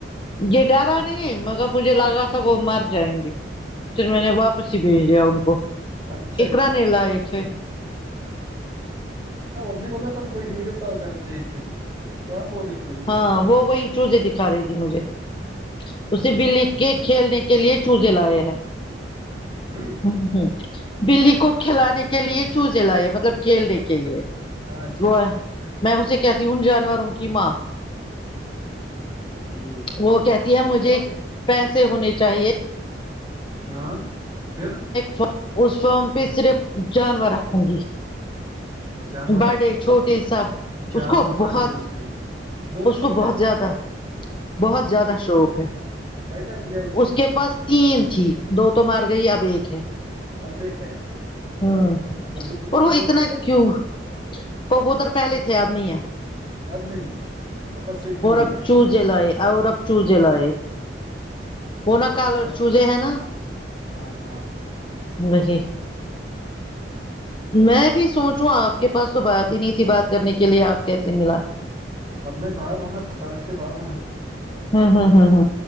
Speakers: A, on the left; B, on the right.
A: یہ ڈرا نہیں مگر مجھے لگا تھا وہ مر جائیں گے پھر میں نے واپس ہی بھیج دیا ان کو
B: اچھا
A: اقرا
B: کیا
A: نے
B: اچھا
A: لائے تھے
B: اچ اب نے بولا تھا کوئی ویڈیو کال کر رہی تھی کیا بول رہی تھی
A: ہاں وہ وہی چوزے دکھا رہی تھی مجھے اسے بلی کے کھیلنے کے لیے چوزے لائے ہیں
B: ہوں
A: ہ ہوں بلی کو کھلانے کے لیے چوزے لیے مطلب کھیلنے کے لیے
B: اچھا
A: وہ
B: اچھا اچھا
A: میں اسے کہتی ہوں جانوروں کی ماں
B: ٹھیک ہے
A: وہ
B: ٹھیک
A: کہتی ہے مجھے پیسے ہونے چاہیے
B: ہاں پھر
A: ف اس فارم پہ صرف جانور رکھوں گی
B: جانور
A: بڑے
B: رکھیں گے
A: چھوٹے سب
B: جانور
A: اس کو
B: پالیں
A: بہت
B: گے اس میں
A: اس
B: شوق
A: کو
B: ہے
A: بہت زیادہ بہت زیادہ شوق ہے
B: ہیچ کیا بلی
A: اس کے پاس تین تھی دو تو مر گئی اب ایک ہے
B: اب ایک ہے
A: ہوں
B: کبوتر
A: اور
B: وبوت
A: وہ اتنا
B: ہے
A: کیوں کبوتر پہلے تھے اب نہیں ہے
B: اب نہیں ہے اب بس ایک بلی
A: اور اب
B: ہے
A: چو زے لاے اور اب جوزے لاے وہ نہ کالرڈ
B: جب
A: چوزے ہے نا
B: ہاں
A: وہی میں بھی سوچوں آپ کے پاس تو بات ہی نہیں تھی بات کرنے کے لیے آپ کیسے ملا
B: اب میں باہر ہونا سڑک سے باہر ہونا ہے
A: ہ ہ ہ ہ